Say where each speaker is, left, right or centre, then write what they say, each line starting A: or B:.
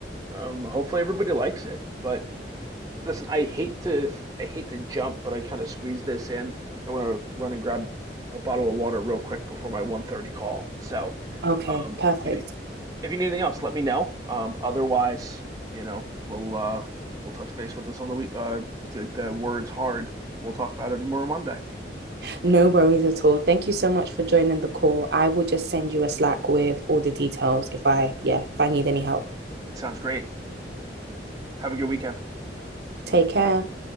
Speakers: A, on the right (about 20°); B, on the right (about 70°).
A: Um, hopefully everybody likes it. But listen, I hate to I hate to jump, but I kind of squeeze this in. I want to run and grab a bottle of water real quick before my one thirty call. So,
B: Okay,
A: um,
B: perfect.
A: if you if you need anything else, let me know. Um, otherwise, you know, we'll uh, we'll touch base with this on the week. Uh, the, the words hard. We'll talk about it more Monday.
B: No worries at all. Thank you so much for joining the call. I will just send you a Slack with all the details if I, yeah, if I need any help.
A: Sounds great. Have a good weekend.
B: Take care.